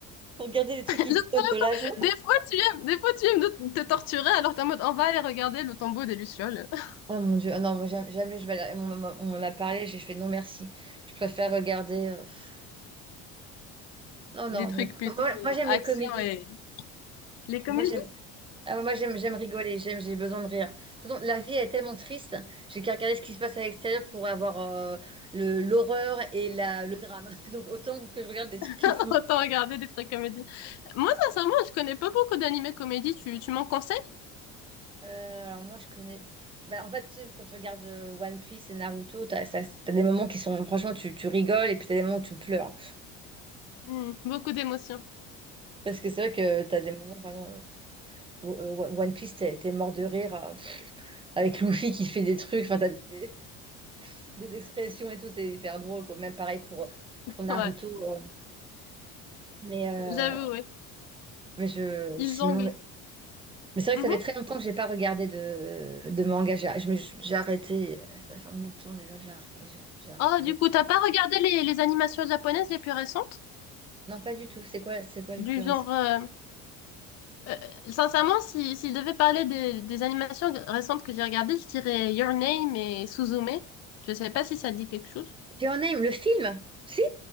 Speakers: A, on the right; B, on the left.
A: faut regarder des trucs
B: <laughs>
A: qui
B: Je saurais-
A: te donnent de la joie.
B: Des fois, tu aimes, des fois, tu aimes de- te torturer, alors t'es en mode, on va aller regarder le tombeau des Lucioles. <laughs>
A: Oh mon Dieu, ah non, moi, jamais, jamais je vais aller- On, on- on l'a parlé, j'ai fait non merci. Je préfère regarder. euh, pff, Non, non.
B: Des trucs plutôt
A: Moi, moi, j'aime
B: action
A: les comédies.
B: et les comédies.
A: Moi j'aime ah ouais, moi j'aime j'aime rigoler, j'aime j'ai besoin de rire. De toute façon, la vie est tellement triste, j'ai qu'à regarder ce qui se passe à l'extérieur pour avoir euh, le l'horreur et la, le drame. <laughs> Donc autant que je regarde des trucs
B: <laughs>
A: qui me font.
B: Autant regarder des trucs comédies. Moi, sincèrement, je connais pas beaucoup d'animés comédies. Tu, tu m'en conseilles?
A: Euh, alors moi je connais. pff, bah, en fait, tu sais, quand tu regardes euh, One Piece et Naruto, t'as, ça- t'as des moments qui sont franchement tu, tu rigoles et puis t'as des moments où tu pleures.
B: Hmm, beaucoup d'émotions.
A: Parce que c'est vrai que t'as des moments vraiment. euh, One Piece, t'es t'es mort de rire euh, pff, avec Luffy qui fait des trucs, enfin, t'as des, des expressions et tout, c'est hyper drôle, quoi. Même pareil pour, pour Naruto.
B: Ouais,
A: euh, mais, euh,
B: j'avoue, ouais.
A: mais je,
B: Ils
A: sinon,
B: jonglent.
A: mais c'est vrai
B: Mhm.
A: que ça fait très longtemps que j'ai pas regardé de, de manga. J'ai je me- j'ai arrêté, ça fait un bout de temps déjà que j'ai arr- j'ai- j'ai arrêté.
B: Oh, du coup, t'as pas regardé les, les animations japonaises les plus récentes?
A: Non, pas du tout. C'est quoi, c'est quoi les
B: Du
A: plus récents?
B: genre, euh, euh, sincèrement, si, si je devais parler des, des animations récentes que j'ai regardées, je dirais Your Name et Suzume. Je sais pas si ça te dit quelque chose.
A: Your Name, le film? Si,